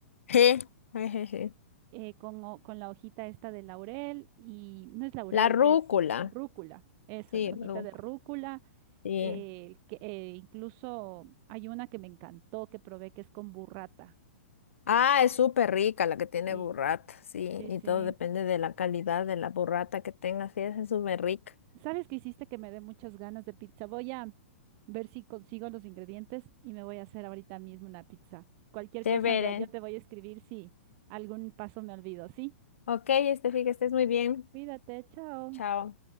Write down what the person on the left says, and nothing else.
Je. Ejeje.
La rúcula.
Sí,
rúcula.
Sí.
Ah, es súper rica la que tiene
burrata. Sí,
y
todo depende de la calidad de la burrata que tengas. Sí, esa es súper rica.
Chévere.
Ok, este, que estés muy bien.
Chao.